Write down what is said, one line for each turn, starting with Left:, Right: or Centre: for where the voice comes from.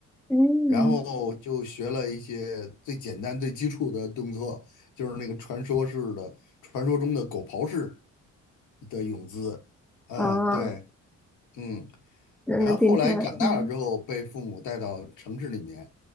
Centre: 嗯，
Left: 然后就学了一些最简单最基础的动作，就是那个传说式的、传说中的狗刨式的泳姿。嗯，
Centre: 哦，
Left: 对，嗯。
Centre: 那那听起来，
Left: 然后后来长大了之后，
Centre: 嗯
Left: 被父母带到城市里面，